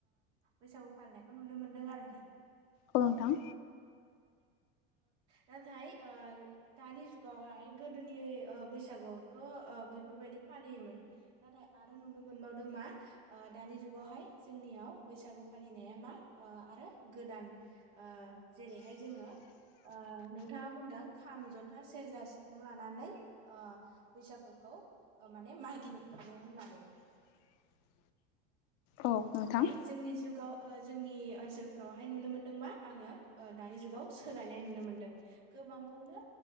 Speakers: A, on the right (about 85°); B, on the left (about 55°).
A: बैसागु फालिनायखौ नुनो मोनदों आरोखि
B: औ नोंथां
A: नाथाय दानि जुगावहाय गोदोनि बैसागुआवथ बेफोरबायदि फालियोमोन नाथाय आरो नुनो मोनबावदों मा दानि जुगावहाय जोंनियाव बैसागु फालिनाया मा आरो गोदान जेरैहाय जोङो नोंथाङा बुंदों खाम जथा सेरजा सिफुं लानानै बैसागुखौ माने मागिनो थाङो होननानै
B: <inaudible> औ नोंथां
A: नाथाय जोंनि जुगाव जोंनि ओनसोल फोरावहाय नुनो मोनदोंबा आङो दानि जुगाव सोलायनाय नुनो मोन्दों गोबांखौनो